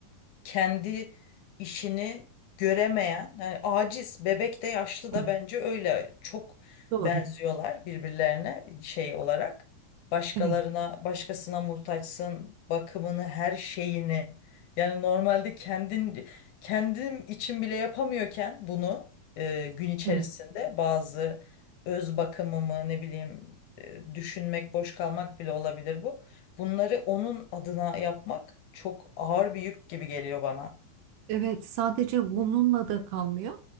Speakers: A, on the left; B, on the right.
A: kendi işini göremeyen, yani aciz, bebek de yaşlı da
B: Evet.
A: bence öyle çok
B: Doğru.
A: benziyorlar birbirlerine şey olarak. Başkalarına,
B: Evet.
A: başkasına muhtaçsın, bakımını, her şeyini. Yani normalde kendin kendim için bile yapamıyorken bunu e, gün içerisinde
B: Evet.
A: bazı öz bakımımı ne bileyim e, düşünmek, boş kalmak bile olabilir bu. Bunları onun adına yapmak çok ağır bir yük gibi geliyor bana.
B: Evet, sadece bununla da kalmıyor.